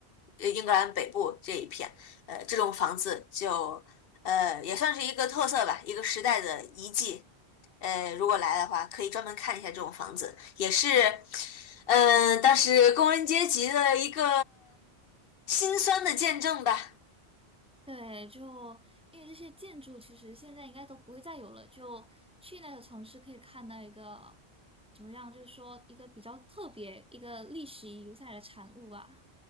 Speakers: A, on the left; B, in the centre.
A: 呃，英格兰北部这一片，呃，这种房子就，呃，也算是一个特色吧，一个时代的遗迹。呃，如果来的话，可以专门看一下这种房子，也是，嗯、当时工人阶级的一个心酸的见证吧。
B: 对，就因为这些建筑其实现在应该都不会再有了，就去那个城市可以看到一个怎么样，就是说一个比较特别、一个历史遗留下来的产物吧。